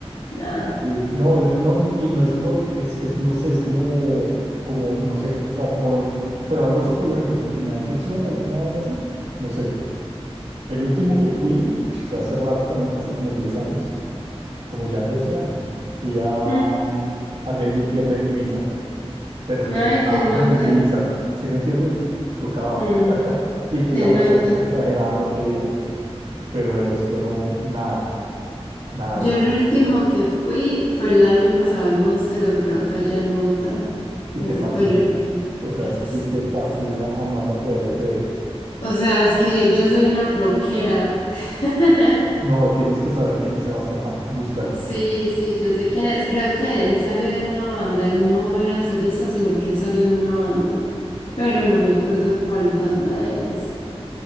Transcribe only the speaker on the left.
Nada.
Mm,
Ay,
qué nota.
Mm,
qué
nota.
Yo
el último que fui fue el año pasado al Monster of Rock allá en Bogotá.
Ese
fue el último.
S-
O sea, es que yo soy una rockera. <laughs>
Sí, sí, yo sé quién es. Creo que él salió de una banda. Él no era solista, sino que él salió de una banda. Pero no me acuerdo cuál banda es.